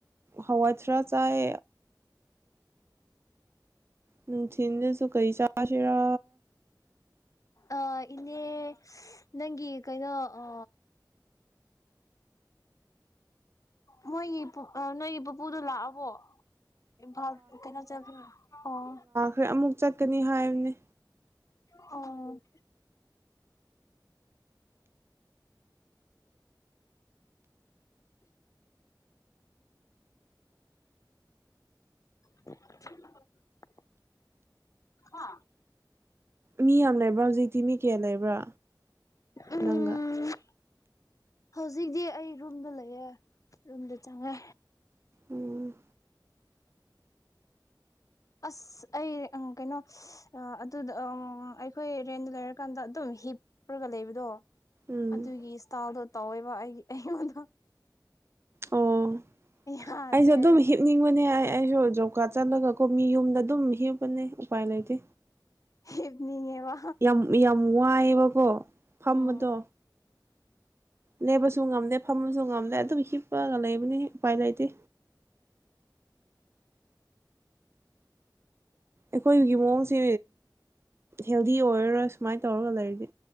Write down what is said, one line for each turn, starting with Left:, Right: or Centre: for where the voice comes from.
Right: ꯍꯋꯥꯏꯊꯔꯥꯛ ꯆꯥꯏ ꯅꯨꯡꯊꯤꯟꯗꯁꯨ ꯀꯩ ꯆꯥꯁꯤꯔ
Left: ꯑ ꯏꯅꯦ ꯅꯪꯒꯤ ꯀꯩꯅꯣ ꯑ ꯃꯣꯏꯒꯤ ꯅꯣꯏꯒꯤ ꯄꯨꯄꯨꯗꯣ ꯂꯥꯛꯑꯕꯣ ꯢꯝꯐꯥꯜ ꯀꯩꯅꯣ ꯆꯠꯕ ꯑꯣ
Right: ꯍꯣꯢ ꯑꯃꯨꯛ ꯆꯠꯀꯅꯤ ꯍꯥꯏꯕꯅꯦ
Left: ꯑꯣ <inaudible> ꯍꯥ
Right: ꯃꯤ ꯌꯥꯝ ꯂꯩꯕ꯭ꯔꯥ ꯍꯧꯖꯤꯛꯇꯤ ꯃꯤ ꯀꯌꯥ ꯂꯩꯕ꯭ꯔꯥ
Left: ꯎꯝ
Right: ꯅꯪꯒ
Left: ꯍꯧꯖꯤꯛꯇꯤ ꯑꯩ ꯔꯨꯝꯗ ꯂꯩꯌꯦ ꯔꯨꯝꯗ ꯆꯪꯉꯦ
Right: ꯎꯝ
Left: ꯑꯁ ꯑꯩ ꯀꯩꯅꯣ ꯑꯗꯨꯗ ꯑꯩꯈꯣꯏ ꯔꯦꯟꯗ ꯂꯩꯔꯀꯥꯟꯗ ꯑꯗꯨꯝ ꯍꯤꯞꯄꯒ ꯂꯩꯕꯗꯣ
Right: ꯎꯝ
Left: ꯑꯗꯨꯒꯤ ꯏꯁꯇꯥꯗꯣ ꯇꯧꯋꯦꯕ ꯑꯩ ꯑꯩꯉꯣꯟꯗ
Right: ꯑꯣ
Left: ꯌꯥꯗ꯭ꯔꯦ
Right: ꯑꯩꯁꯨ ꯑꯗꯨꯝ
Left: ꯑꯩꯁꯦ
Right: ꯍꯤꯞꯅꯤꯡꯕꯅꯦ ꯑꯩ ꯑꯩꯁꯨ ꯖꯣꯕ ꯀꯥꯔꯗ ꯆꯠꯂꯒ ꯀꯣꯃꯤ ꯌꯨꯝꯗ ꯑꯗꯨꯝ ꯍꯦꯞꯄꯅꯦ ꯎꯄꯥꯏ ꯂꯩꯇꯦ
Left: ꯍꯤꯞꯅꯤꯡꯉꯦꯕ
Right: ꯌꯥꯝ ꯌꯥꯝ ꯋꯥꯏꯑꯦꯕꯀꯣ ꯐꯝꯕꯗꯣ
Left: ꯎꯝ
Right: ꯂꯦꯕꯁꯨ ꯉꯝꯗꯦ ꯐꯝꯕꯁꯨ ꯉꯝꯗꯦ ꯑꯗꯨꯝ ꯍꯤꯞꯄꯒ ꯂꯩꯕꯅꯤ ꯎꯄꯥꯏ ꯂꯩꯇꯦ ꯑꯩꯈꯣꯏꯒꯤ ꯃꯑꯣꯡꯁꯦ ꯍꯦꯜꯗꯤ ꯑꯣꯏꯔꯔꯣꯏ ꯁꯨꯃꯥꯏꯅ ꯇꯧꯔꯒ ꯂꯩꯔꯗꯤ